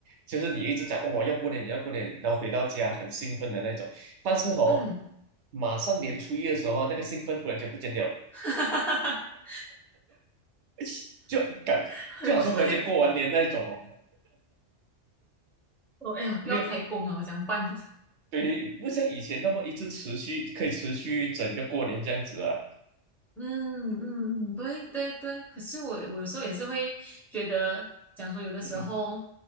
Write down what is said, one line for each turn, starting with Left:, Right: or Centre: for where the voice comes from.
Right: 就是你一直讲哦，要过年，要过年，然后回到家很兴奋的那种，但是哦，
Centre: 嗯，
Right: 马上年初一的时候，那个兴奋忽然间不见掉了，
Centre: <laughs>
Right: <laughs> 就感就好像忽然间过完年那一种哦。
Centre: 很快哦，哎呦，又要开工了，
Right: 没有。
Centre: 我讲办，<laughs>
Right: 对，不像以前那么一直持续，可以持续整个过年这样子啊。
Centre: 嗯嗯嗯，对对对。可是我我有时候也是会觉得，讲说有的时候
Right: 嗯哼，